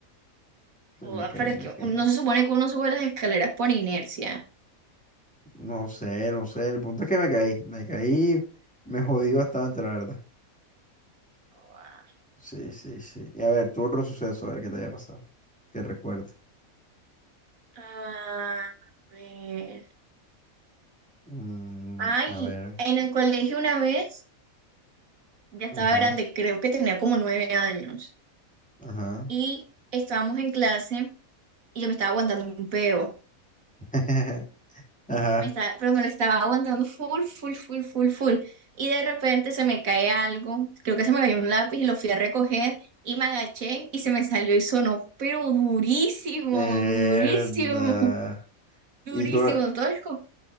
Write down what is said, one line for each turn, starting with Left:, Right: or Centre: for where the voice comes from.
Centre: Sí,
Right: Joda,
Centre: me caí,
Right: pero es
Centre: me
Right: que
Centre: caí.
Right: no se supone que uno sube las escaleras por inercia.
Centre: No sé, no sé, el punto es que me caí, me caí, me jodí bastante, la verdad.
Right: Joda.
Centre: Sí, sí, sí. Y a ver, tu otro suceso, a ver qué te haya pasado, que recuerdo.
Right: A ver.
Centre: Mm,
Right: Ay,
Centre: a ver,
Right: en el colegio una vez. ya estaba
Centre: ajá,
Right: grande, creo que tenía como nueve años.
Centre: ajá,
Right: Y estábamos en clase y yo me estaba aguantando un peo.
Centre: <laughs> ajá,
Right: Me estaba, pero me lo estaba aguantando full, full, full, full, full. Y de repente se me cae algo. Creo que se me cayó un lápiz y lo fui a recoger y me agaché y se me salió y sonó, pero durísimo,
Centre: verdad.
Right: durísimo, durísimo.
Centre: Y todo,
Right: Entonces, como-